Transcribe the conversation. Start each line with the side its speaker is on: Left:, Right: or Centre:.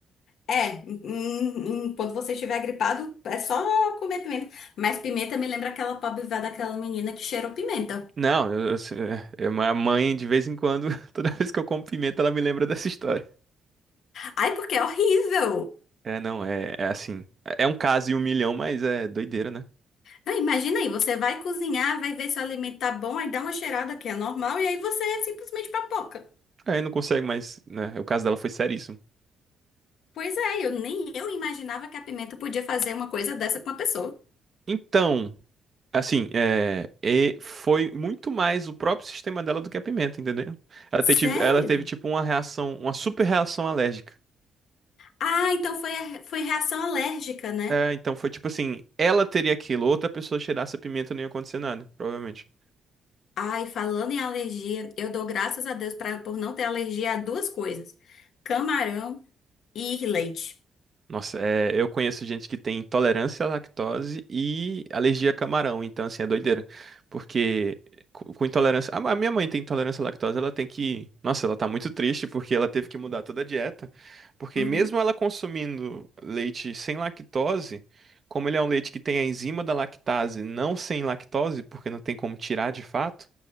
Left: É, em- em- em- quando você estiver gripado, é só comer pimenta. Mas pimenta me lembra aquela pobre véia daquela menina que cheirou pimenta.
Right: Não, eu, eu, sei- é, minha mãe, de vez em quando, <laughs> toda vez que eu como pimenta, ela me lembra dessa história.
Left: Ai, porque é horrível.
Right: É, não, é, é assim. É um caso e um milhão, mas é doideira, né?
Left: Não, imagina aí, você vai cozinhar, vai ver se o alimento tá bom, aí dá uma cheirada que é normal, e aí você é simplesmente papoca.
Right: Aí não consegue mais, né? O caso dela foi seríssimo.
Left: Pois é, eu nem eu imaginava que a pimenta podia fazer uma coisa dessa com uma pessoa.
Right: Então, assim, é, e foi muito mais o próprio sistema dela do que a pimenta, entendeu? Ela
Left: Sério?
Right: teve, ela teve tipo uma reação, uma super reação alérgica.
Left: Ah, então foi, a- foi reação alérgica, né?
Right: É, então foi tipo assim, ela teria aquilo, outra pessoa cheirasse a pimenta não ia acontecer nada, provavelmente.
Left: Ai, falando em alergia, eu dou graças a Deus pra, por não ter alergia a duas coisas: camarão e leite.
Right: Nossa, é, eu conheço gente que tem intolerância à lactose e alergia a camarão, então assim, é doideira. Porque co- com intolerância. A ma- a minha mãe tem intolerância à lactose, ela tem que. Nossa, ela tá muito triste porque ela teve que mudar toda a dieta. Porque
Left: Uhum,
Right: mesmo ela consumindo leite sem lactose, como ele é um leite que tem a enzima da lactase, não sem lactose, porque não tem como tirar de fato,